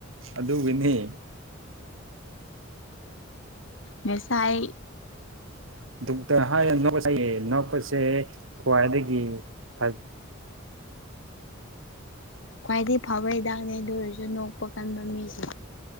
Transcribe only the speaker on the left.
ꯅꯥꯁꯥꯏ꯫
ꯈ꯭ꯋꯥꯏꯗꯒꯤ ꯐꯕ ꯍꯤꯗꯥꯛꯅꯦ ꯑꯗꯨ ꯑꯣꯏꯔꯖꯨ ꯅꯣꯛꯄ ꯀꯟꯕ ꯃꯤꯖꯤ꯫